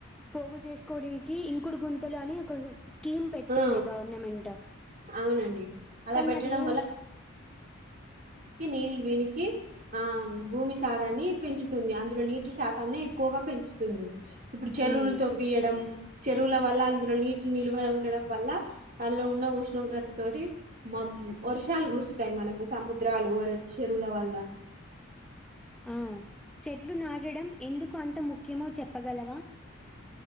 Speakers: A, in the centre; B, on the right.
A: పోగు చేసుకోనికి ఇంకుడు గుంతలు అని ఒక స్కీమ్ పెట్టుండే
B: ఆ
A: గవర్నమెంట్
B: అవునండి అలా
A: కానీ
B: పెట్టడం
A: అది ఏం
B: నీళ్ళ వినికి ఆ భూమి సారాన్ని పెంచుతుంది అందులో నీటి శాతాన్ని ఎక్కువగా పెంచుతుంది ఇప్పుడు చెరువులతో
A: హ్మ్.
B: వీయడం చెరువుల వల్ల అందులో నీటి నిల్వ ఉండడం వల్ల అలా ఉన్న ఉష్ణగ తోటి మ వర్షాలు కురుస్తాయి మనకు సముద్రాలు చెరువుల వల్ల
A: ఆ! చెట్లు నాటడం ఎందుకు అంత ముఖ్యమో చెప్పగలవా